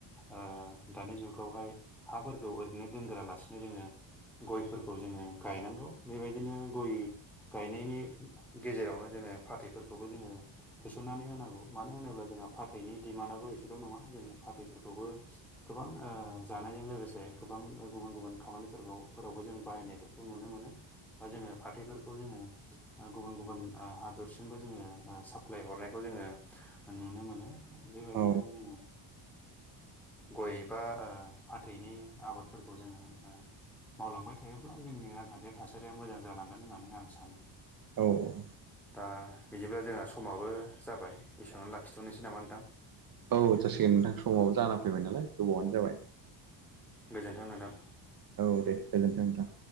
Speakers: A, in the centre; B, on the right.
A: ओ दानि जुगावहाय हाफोरखौ ओरैनो दोनग्राालासिनो जोङो गयफोरखौ जोङो गायनांगौ बेबायदिनो गय गायनायनि गेजेरावनो जोङो फाथैफोरखौबो जोङो सोसननानै होनांगौ मानो होनोब्ला जोंहा फाथैनि दिडिमान्डआबो एसेल' नङा जोंनि फाथैफोरखौबो गोबां ओ जानायजों लोगोसे गोबां गुबुन गुबुन खामानिफोरखौफोरावबो जों बाहायनाय नुनो मोनो बा जोङो फाथैफोर खौ जोङो गुबुन गुबुन हादरसिमबो जोङो ओ साप्लााय हरनायखौ जोङो नुनो मोनो बेबायदिनो
B: औ
A: जोङो गय बा ओ फाथैनि आबादफोरखौ जोङो मावलांबाय थायोब्ला जोंनि रांखानथि थासारिया मोजां जालांगोन होननानै आं सानो
B: औ औ
A: दा बिदिब्ला जोंहा समाबो जाबाय एसेयावनो लाखिथ'नोसै नामा नोंथां?
B: औ जासिगोन नोंथां समाबो जाना
A: औ
B: फैबाय नालाय गोबावानो जाबाय
A: गोजोनथों नोंथां
B: औ दे गोजोनथों नोंथां